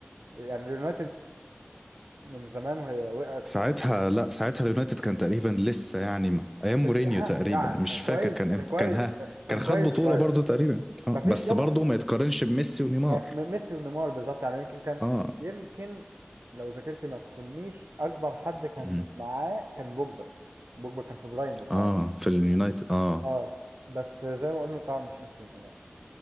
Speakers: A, on the right; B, in the centre.
A: يعني اليونايتد من زمان وهي وقعت
B: ساعتها
A: خلاص
B: لا ساعتها اليونايتد كان تقريبا لسه يعني م- ايام
A: كان
B: مورينيو
A: في- ها،
B: تقريبا
A: يعني
B: مش
A: كان
B: فاكر
A: كويس
B: كان امتى
A: كان كويس
B: كان ها
A: كان
B: كان خد
A: كويس
B: بطولة
A: شوية
B: برضه تقريبا اه
A: ما فيش
B: بس
A: جنب
B: برضه ما يتقارنش بميسي ونيمار
A: آه، م- ميسي ونيمار بالظبط يعني يمكن كان
B: اه
A: يمكن لو ذاكرتي ما تخنيش أكبر حد كان
B: مم.
A: معاه كان بوجبا بوجبا كان في برايمه ساعتها
B: اه في اليونايتد اه
A: اه بس زي ما قلنا طبعا مش ميسي وميلان.